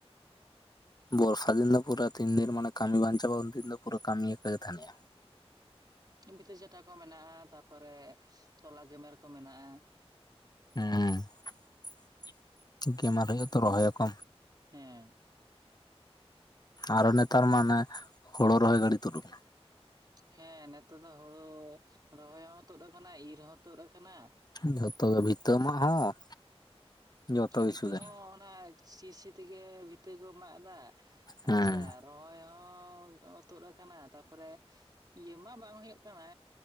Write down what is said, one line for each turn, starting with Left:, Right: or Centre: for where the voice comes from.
Left: ᱵᱚᱨᱥᱟ ᱫᱤᱱ ᱫᱚ ᱯᱩᱨᱟᱹ ᱛᱤᱱ ᱫᱤᱱ ᱢᱟᱱᱮ ᱠᱟᱢᱤ ᱵᱟᱝ ᱪᱟᱵᱟᱜᱼᱟ ᱩᱱ ᱫᱤᱱ ᱫᱚ ᱯᱩᱨᱟᱹ ᱠᱟᱢᱤ ᱟᱠᱟᱜᱮ ᱛᱟᱦᱮᱸᱱ ᱦᱩᱭᱩᱜᱼᱟ
Right: ᱦᱮᱸ ᱵᱷᱤᱛᱟᱹ ᱪᱟᱴᱟ ᱠᱚ ᱢᱮᱱᱟᱜᱼᱟ ᱛᱟᱯᱚᱨᱮ ᱛᱚᱞᱟ ᱜᱮᱢᱮᱨ ᱠᱚ ᱢᱮᱱᱟᱜᱼᱟ
Left: ᱦᱮᱸ ᱜᱮᱢᱮᱨ ᱦᱳᱭᱳᱜᱼᱟ ᱛᱚ ᱨᱚᱦᱚᱭᱟᱠᱚ
Right: ᱦᱮᱸ
Left: ᱟᱨᱚ ᱱᱮᱛᱟᱨ ᱢᱟ ᱚᱱᱮ ᱦᱳᱲᱳ ᱨᱚᱦᱚᱭ ᱜᱟᱹᱰᱤ ᱛᱳᱫ ᱠᱟᱱᱟ
Right: ᱦᱮᱸ ᱱᱮᱛᱚᱜ ᱫᱚ ᱦᱳᱲᱳ ᱨᱚᱦᱚᱭ ᱦᱚᱸ ᱛᱳᱫ ᱠᱟᱱᱟ ᱤᱨ ᱦᱚᱸ ᱛᱳᱫ ᱠᱟᱱᱟ
Left: ᱡᱷᱚᱛᱚ ᱜᱮ ᱵᱷᱤᱛᱟᱹ ᱢᱟᱜ ᱦᱚᱸ ᱡᱚᱛᱚ
Right: <unintelligible>
Left: ᱠᱤᱪᱷᱩ
Right: ᱵᱷᱤᱛᱟᱹ
Left: ᱜᱮ
Right: ᱦᱚᱸ ᱚᱱᱟ ᱥᱤ ᱥᱤ ᱛᱮᱜᱮ ᱵᱷᱤᱛᱟᱹ ᱠᱚ ᱢᱟᱜᱫᱟ
Left: ᱦᱮᱸ
Right: ᱟᱪᱪᱷᱟ ᱨᱚᱦᱚᱭ ᱦᱚᱸ ᱛᱳᱫ ᱟᱠᱟᱱᱟ ᱛᱟᱯᱚᱨᱮ ᱤᱭᱟᱹ ᱢᱟ ᱵᱟᱝ ᱦᱳᱭᱳᱜ ᱠᱟᱱᱟ